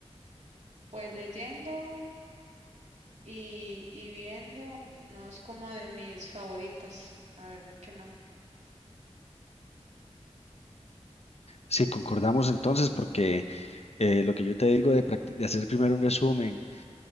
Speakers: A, on the right (about 85°); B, on the left (about 65°).
A: pues leyendo y, y viendo, no es como de mis favoritas, la verdad que no.
B: Sí, concordamos entonces, porque eh, lo que yo te digo de, practi- de hacer primero un resumen,